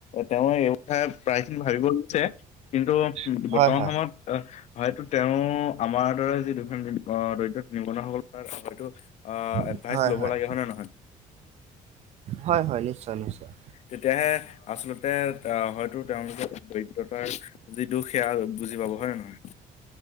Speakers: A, on the left; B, on the right.
A: তেওঁ প্ৰায়খিনি ভাবিব লৈছে কিন্তু
B: হয়
A: বৰ্তমান
B: হয়
A: সময়ত আহ, হয়তো তেওঁ আমাৰ দৰে যি দুখন দৰিদ্ৰ নিবনুৱাসকলৰ হয়তো আ এডভাইচ
B: হয়
A: ল'ব
B: হয়
A: লাগে, হয়নে নহয়?
B: হয় হয় নিশ্চয় নিশ্চয়
A: তেতিয়াহে আচলতে আ হয়তো তেওঁলোকৰ দৰিদ্ৰতাৰ যি দুখ সেয়া বুজি পাব। হয় নে নহয়?